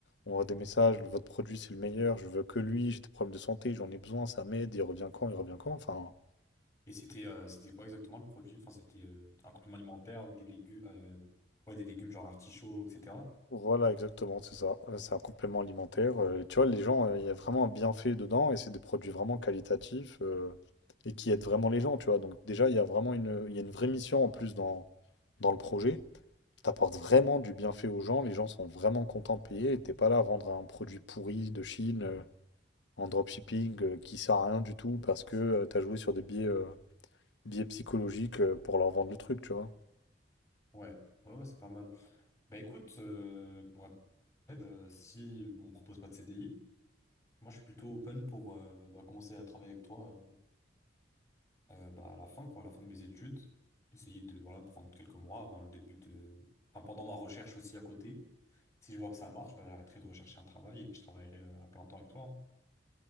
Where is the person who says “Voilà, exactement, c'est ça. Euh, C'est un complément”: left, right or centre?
Left